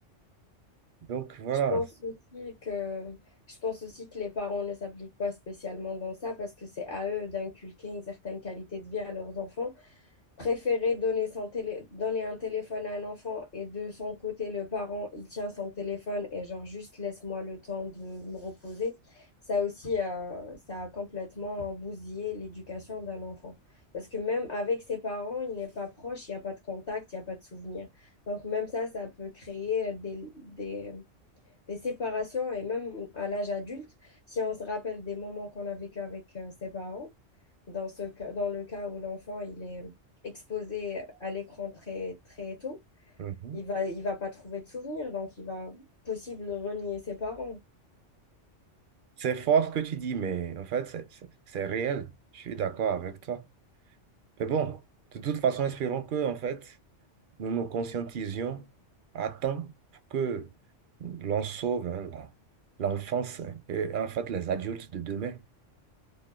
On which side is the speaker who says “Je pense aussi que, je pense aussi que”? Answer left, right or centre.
Left